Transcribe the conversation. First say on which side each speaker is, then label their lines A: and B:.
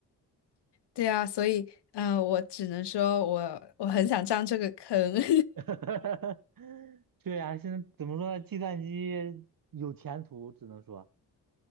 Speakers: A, on the left; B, on the right.
A: 对啊，所以呃，我只能说我我很想上这个坑。<laughs>
B: <laughs> 对呀，现在怎么说呢？计算机有前途，只能说。